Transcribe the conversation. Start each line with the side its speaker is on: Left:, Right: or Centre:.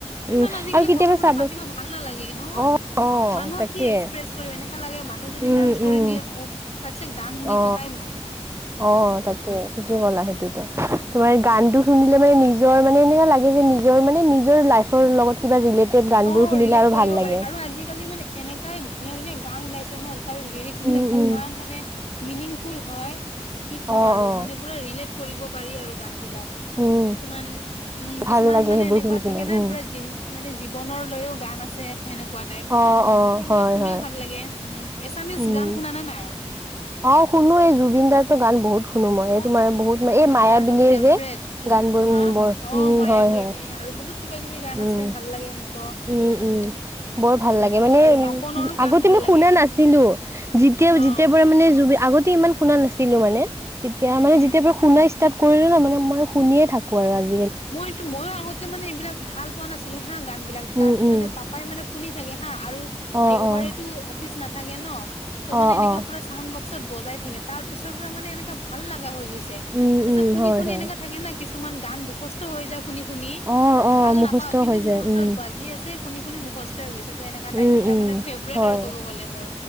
Right: উম
Left: ইমান আজিকালি
Right: আৰু কেতিয়াবা
Left: কথা চথা
Right: চাবা
Left: পাতিব ভাল নালাগে কি ন
Right: অ অ
Left: মানুহক
Right: তাকে
Left: কি এক্সপ্ৰেছ কৰিম এনেকা লাগে মানুহ যদি
Right: উম
Left: জাছ কৰি
Right: উম
Left: দিয়ে মোক তাতছে গান শুনি
Right: অ
Left: থাকাই ভাল উম।
Right: অ তাকে ঠিকেই কলা সেইটোতো তোমাৰ গানটো শুনিলে মানে নিজৰ মানে এনো লাগে যে নিজৰ মানে নিজৰ লাইফৰ লগত কিবা ৰিলেটেড গান
Left: অ
Right: বোৰ শুনিলে
Left: ৰিলেট
Right: আৰু
Left: কৰিব
Right: ভাল লাগে
Left: পাৰি আৰু আজিকালি মানে এনেকাই ধুনীয়া ধুনীয়া গান ওলাইছে ন তাৰে লিৰিক্স বিলাক
Right: উম
Left: ইমান
Right: উম
Left: মানে মিনিংফুল হয় কি কওঁ
Right: অ
Left: আৰু
Right: অ
Left: মানে পুৰা ৰিলেট কৰিব পাৰি আৰু গান বিলাক।
Right: উম
Left: কিছুমান উম কিছুমান
Right: ভাল লাগে
Left: মানে
Right: সেইবোৰ
Left: এনেকুৱা
Right: শুনি কিনে
Left: থাকে না
Right: উম
Left: পুৰা জিন মানে- জীৱনৰ লৈও গান আছে। এনেকুৱা টাইপ
Right: অ অ
Left: সেইবিলাক
Right: হয়
Left: শুনিও
Right: হয়।
Left: ভাল লাগে উম এছামিজ
Right: উম
Left: গান শুনা নে নাই
Right: অ শুনো এই জুবিন দাৰ টো গান বহুত শুনো মই
Left: অ
Right: এই তোমাৰ বহুত এই মায়াবিনীৰ
Left: তাৰতো ফেভৰেট
Right: যে
Left: জুবিন
Right: গান বোৰ উম
Left: হা
Right: বৰ
Left: অ
Right: উম
Left: মায়াবিনী
Right: হয় হয়।
Left: আৰু বহুত কিবা কিবি গান
Right: উম
Left: আছে ভাল লাগে মোকো
Right: উম উম বৰ
Left: উম
Right: ভাল লাগে মানে
Left: আৰু পাপনৰো গান
Right: আগ আগতে
Left: ভাল
Right: মই
Left: লাগে
Right: শুনা নাছিলোঁ যেতিয়া
Left: অ
Right: যেতিয়াৰ পৰা মানে জুবি আগতে ইমান শুনা নাছিলোঁ মানে তেতিয়া
Left: উম,
Right: মানে
Left: উম,
Right: যেতিয়া পৰা শুনা ষ্টাৰ্ট কৰিলো ন মানে মই শুনিয়ে থাকো আৰু আজি
Left: মই এইটো ময়ো আগতে মানে এইবিলাক ভাল পোৱা নাছিলো হা গান বিলাক তাৰ
Right: উম
Left: পিছতে
Right: উম
Left: পাপাই মানে শুনি থাকে হা আৰু
Right: অ
Left: দেওবাৰেতো
Right: অ
Left: অফিচ নাথাকে ন ত
Right: অ
Left: মানে এনেকা
Right: অ
Left: পুৰা ছাউণ্ড বক্সত বজাই থাকে তাৰ পিছৰ পৰা মানে এনেকা ভাল লাগা হৈ গৈছে
Right: উম
Left: তাৰপিছত
Right: উম
Left: শুনি
Right: হয়
Left: শুনি
Right: হয়
Left: এনেকা থাকে না কি কিছুমান গান মুখস্থ হৈ যায় শুনি শুনি
Right: অ অ
Left: ভাল
Right: মুখস্থ
Left: নাপাওঁ কিন্তু
Right: হৈ যায়
Left: মোৰ ওচৰত
Right: উম
Left: বাজি আছে শুনি শুনি মুখস্থ হৈ গৈছে ত এনেকা টাইপ
Right: উম
Left: এতিয়া
Right: উম
Left: মানে ফেভৰেট
Right: হয়
Left: আৰু ক'ব গ'লে মোৰ